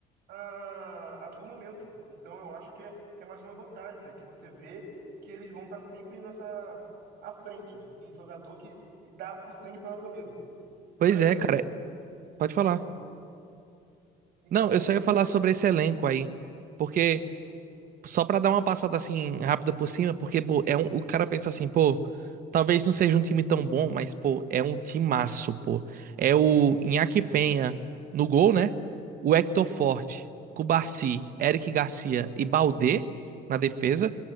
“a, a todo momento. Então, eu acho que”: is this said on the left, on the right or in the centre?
Right